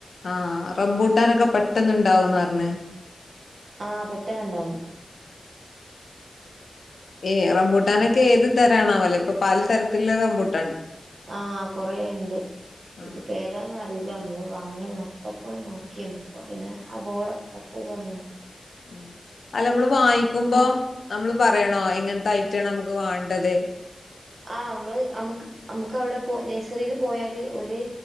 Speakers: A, on the left; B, on the right.
A: ആ റംമ്പൂട്ടാനൊക്കെ പെട്ടന്ന്ണ്ടാവുന്ന് ന്നർഞ്ഞ്
B: ആ പെട്ടെന്ന്ണ്ടാവും
A: ഏ റമ്പൂട്ടാനൊക്കെ ഏത് തരാണാവലേ ഇപ്പൊ പലതരത്തില് റമ്പൂട്ട്
B: ആ കൊറേണ്ട്
A: ആഹ്
B: ഇതിപ്പൊ ഏതാന്ന് അറീ ല്ല നമ്മള് വാങ്ങി നട്ടപ്പം നോക്കിന്ന് അപ്പൊപിന്നെ ആ ബോർഡ് കട്ടയ്ത് കളഞ്ഞോണ്ടേ
A: ഉം അല്ല അമ്മള് വായിക്കുമ്പോ നമ്മള് പറയണോ എങ്ങൻത്തെ ഐറ്റാണ് നമക്ക് വെണ്ടത്
B: ആ അമ്മള് അമ്മക്ക് അമക്ക് അവടെ പൊ നഴ്സറീല് പോയാല് ഓല്